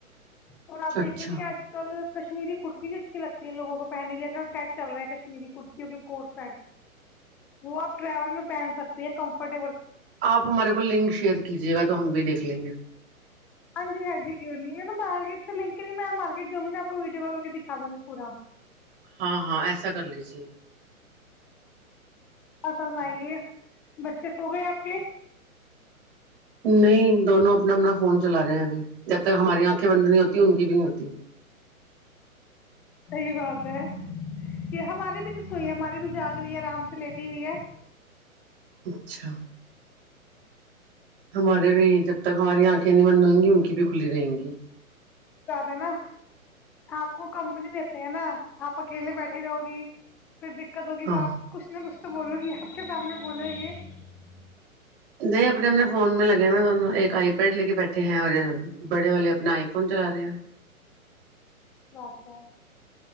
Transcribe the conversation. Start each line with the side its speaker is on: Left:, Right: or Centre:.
Centre: <unintelligible> اور آپ
Right: اچھا
Centre: دیکیں گی آج کل کشمیری کرتے <unintelligible> اس بھی اچھی لگتی ہے لوگوں کو پہننے کیج کل سیٹ چل رہا ہے کشمیری کرتیوں کے کوٹ سیٹ وہ آپ ٹریول میں پہن سکتے کمفر <unintelligible>
Right: آپ ہمارے کو لنک شیئر کیجیے گا تو ہم بھی دیکھ لیں گے
Centre: ہاں ج ہاں ج کی نہیں م نے مارکیٹ تو لک نہیں میں مارکیٹ جاوںںیا آپ کو ویڈیو کے دکھا دوں گی پورا
Right: ہاں ہاں ایسا کر لیجیے
Centre: اور فرمائیے بچے سو گئے آپ کے <unintelligible>
Right: نہیں دونوں اپنا اپنا فون چلا رہے ہیں ابھی جب تک ہماری آنکھیں بندنی ہوتی ان کی بھی نہیں ہوتی
Centre: صحی بات ہے یہ ہماری بھی نہیں سوئی ہے ہماری بھی جاگ رہی ہے آرام سے لیٹی ہوئی ہے
Right: اچھا <unintelligible> ہمارے بھی جب تک ہماری آنکھیں نہیں بنوائیں گی ان کی بھی کھلی رہیں گی <unintelligible>
Centre: زیادہ نا آپ کو کمپنی دیتے ہیں نا آپ اکیلے بیٹھی رہو گی <unintelligible> پھر دقت ہوگی
Right: ہاں
Centre: باپ کچھ نہ کچھ <unintelligible> تو بولو گی آپ کے سامنے بولیں گے <unintelligible>
Right: نہیں اپنے اپنے فون میں لگے ہوئے دونوں ایک آئی پیڈ لے کے بیٹھے ہیں اور بڑے والے اپنا آئی فون چلا رہے ہو
Centre: آپا <unintelligible>